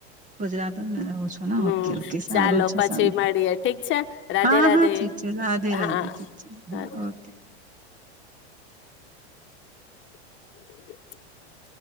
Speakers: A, on the right (about 20°); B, on the left (about 35°).
A: ગુજરાત મેં રહો છો ને?
B: હમ
A: ઓકે ઓકે સારું
B: ચાલો
A: છે
B: પછી
A: સારું
B: મળીએ ઠીક છે, રાધે
A: હા
B: રાધે
A: હા ઠીક છે રાધે
B: હા
A: રાધે ઠીક છે
B: રાધે
A: હા
B: <inaudible>
A: ઓકે.
B: <inaudible>